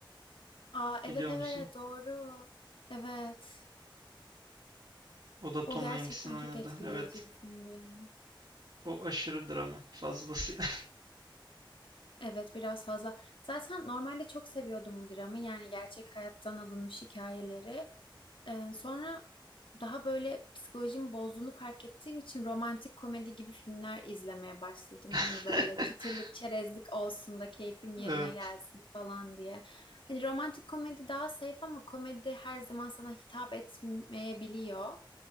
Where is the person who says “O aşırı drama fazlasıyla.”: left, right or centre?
Right